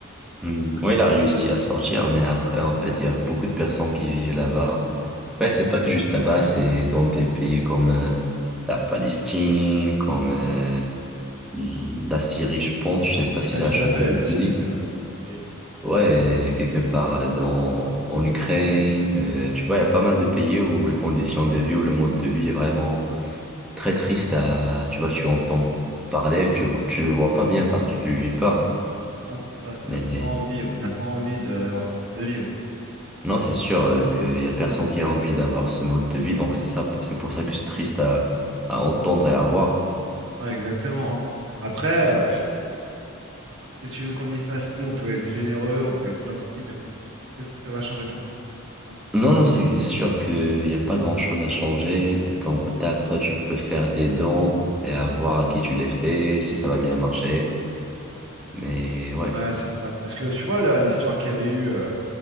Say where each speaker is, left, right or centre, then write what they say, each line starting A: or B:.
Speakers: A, in the centre; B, on the right.
A: Hmm. Ouais, il a réussi à sortir, mais après, en fait, il y a beaucoup de personnes qui vivent là-bas. Ouais, c'est pas que juste là-bas, c'est dans des pays comme euh, la Palestine, comme euh, la Syrie, je pense. Je sais pas si
B: Ah,
A: ça
B: tout
A: a changé
B: à fait,
A: depuis.
B: la Syrie. euh, Syrie,
A: Ouais, quelque part euh, dans, en Ukraine, euh, tu vois, il y a pas mal de pays où les conditions de vie, où le mode de vie est vraiment très triste à, tu vois, tu entends parler, tu, tu le vois pas bien parce que tu le vis pas.
B: Non, c'est ça. Et puis
A: Mais
B: on n'a
A: mais
B: pas envie, on n'a pas envie de- d'avoir ce mode de vie aussi.
A: non, c'est sûr euh, qu'il y a personne qui a envie d'avoir ce mode de vie, donc c'est ça, c'est pour ça que c'est triste à, à entendre et à voir.
B: Ouais, exactement. hein. Après, euh, pff, qu'est-ce que tu veux qu'on y fasse? Nous, on peut être généreux, on peut être gentil, mais bon, c'est- qu'est-ce que ça va changer dans le fond? hein
A: Non, non, c'est sûr qu'il n'y a pas grand-chose à changer. De ton côté, après, tu peux faire des dons et à voir à qui tu les fais, si ça va bien marcher. Mais ouais.
B: Ouais, c'est ça. Parce que tu vois là, l'histoire qu'il y avait eu euh,